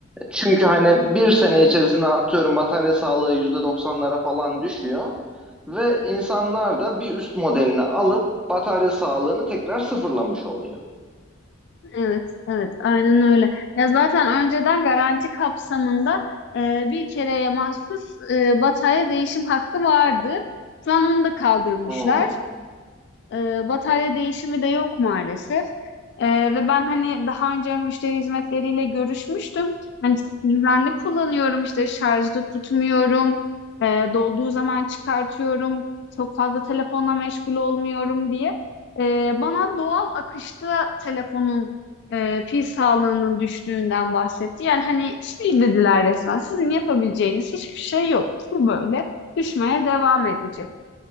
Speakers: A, in the centre; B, on the left (about 55°).
A: Çünkü hani bir sene içerisinde atıyorum batarya sağlığı yüzde doksanlara falan düşüyor. Ve insanlar da bir üst modelini alıp batarya sağlığını tekrar sıfırlamış oluyor.
B: Evet, evet, aynen öyle. Ya zaten önceden garanti kapsamında e, bir kereye mahsus e, batarya değişim hakkı vardı. Şu an onu da kaldırmışlar.
A: Hmm.
B: E, batarya değişimi de yok maalesef. E, ve ben hani daha önce müşteri hizmetleriyle görüşmüştüm. Hani çok düzenli kullanıyorum işte şarjda tutmuyorum. E, dolduğu zaman çıkartıyorum. Çok fazla telefonla meşgul olmuyorum diye. E, bana doğal akışta telefonun e, pil sağlığının düştüğünden bahsetti. Yani hani şey dediler resmen sizin yapabileceğiniz hiçbir şey yok. Bu böyle düşmeye devam edecek